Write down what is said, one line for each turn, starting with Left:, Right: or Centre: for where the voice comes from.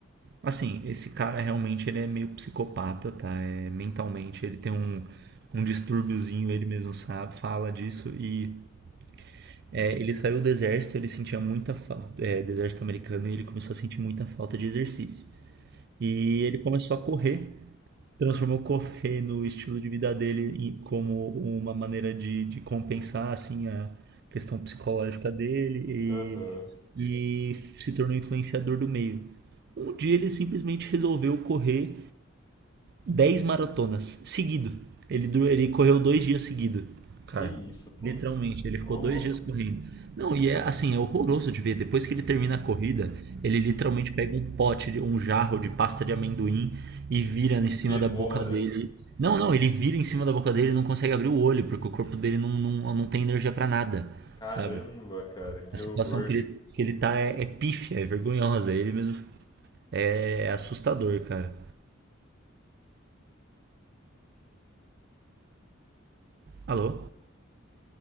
Right: assim, esse cara realmente ele é meio psicopata, tá? É, mentalmente ele tem um, um distúrbiozinho, ele mesmo sabe, fala disso e é, ele saiu do exército, ele sentia muita falta, é, do exército americano, e ele começou a sentir muita falta de exercício. E ele começou a correr, transformou correr no estilo de vida dele em- como uma maneira de, de compensar, assim, a questão psicológica dele
Left: aham. Uhum.
Right: e, e se tornou influenciador do meio. Um dia ele simplesmente resolveu correr 10 maratonas seguido. Ele, durou- ele correu dois dias seguido. Cara,
Left: Que isso, pô.
Right: literalmente, ele ficou
Left: Ô,
Right: dois
Left: louco.
Right: dias correndo. Não, e é assim, é horroroso de ver. Depois que ele termina a corrida, ele literalmente pega um pote, de- um jarro de pasta de amendoim e vira
Left: E
Right: em cima
Left: devora.
Right: da boca dele. Não, não, ele vira em cima da boca dele e não consegue abrir o olho, porque o corpo dele não, não, não tem energia pra nada,
Left: <laughs> Caramba,
Right: sabe?
Left: cara, que
Right: A situação
Left: horror.
Right: que ele, que ele tá é, é pífia, é vergonhosa. Ele mesmo é assustador, cara. Alô?